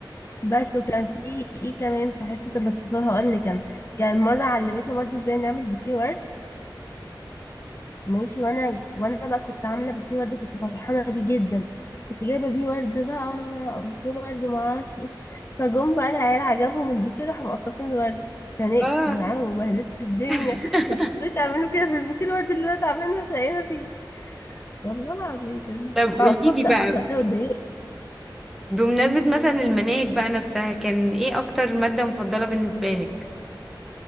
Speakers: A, on the left; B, in the centre.
A: بس وكان في ايه كمان في حصة الاقتصاد هقول لك كان كان مرة علمتنا برضو ازاي نعمل بوكيه ورد ماشي وانا وانا بقى كنت عاملة بوكيه ورد كنت فرحانة بيه جدا كنت جايبة بيه ورد بقى بوكيه ورد معرفش ايه فجم بقى العيال عجبهم البوكيه راحوا مقطفين الورد اتخانقت
B: <laughs> اه
A: معاهم وبهدلت الدنيا
B: <laughs>
A: انتوا ازاي تعملوا كده في البوكيه الورد اللي انا تعبانة مش لاقيها فيه والله العظيم كان
B: طب
A: اتعصبت
B: قولي لي بقى
A: أوي وقتها واتضايقت
B: بمناسبة مثلا المناهج بقى نفسها كان ايه اكتر مادة مفضلة بالنسبة لك